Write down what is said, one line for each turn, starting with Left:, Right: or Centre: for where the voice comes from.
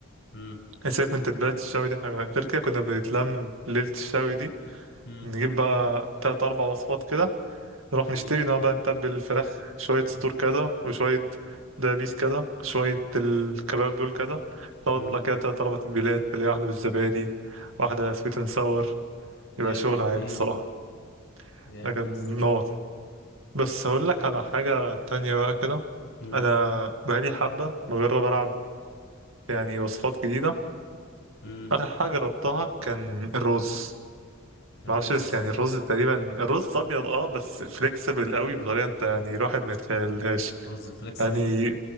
Left: مم.
Right: إيه سيبك من تتبيلات الشوي دي حاجة غير كده كنا بنتلم ليلة الشوي دي
Left: مم.
Right: نجيب بقى تلات أربع وصفات كده نروح
Left: مم.
Right: نشتري نقعد بقى نتبل الفراخ شوية صدور كده وشوية دبابيس كده شوية الكباب دول كده تطلع
Left: مم.
Right: كده تلات أربع تتبيلات اللي هي واحدة بالزبادي واحدة سويت اند ساور
Left: يلا
Right: يبقى شغل
Left: اديني
Right: عالي الصراحة
Left: جامد
Right: لكن
Left: يا اسطى
Right: نار بس هقول لك على حاجة تانية بقى كده
Left: مم.
Right: أنا بقالي حبة بجرب ألعب يعني وصفات جديدة
Left: مم.
Right: آخر حاجة جربتها كان الرز
Left: الرز
Right: معرفش بس يعني الرز تقريبا الرز أبيض اه بس فليكسبل قوي بطريقة انت يعني الواحد ما يتخيلهاش
Left: رز فليكسبل
Right: يعني